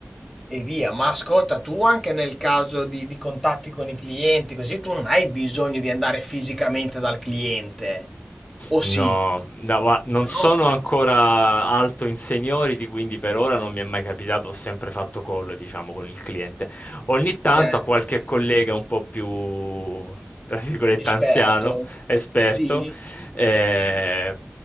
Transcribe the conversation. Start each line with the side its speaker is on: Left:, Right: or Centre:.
Centre: E via, ma ascolta tu anche nel caso di, di contatti con i clienti, così tu non hai bisogno di andare fisicamente dal cliente, o
Left: No,
Centre: sì?
Left: da gua non
Centre: No,
Left: sono ancora alto in seniority, quindi per ora non mi è mai capitato, ho sempre fatto call, diciamo, con il cliente. Ogni tanto
Centre: certo.
Left: a qualche collega un po' più, tra virgolette,
Centre: Esperto?
Left: anziano, esperto,
Centre: Sì.
Left: eh,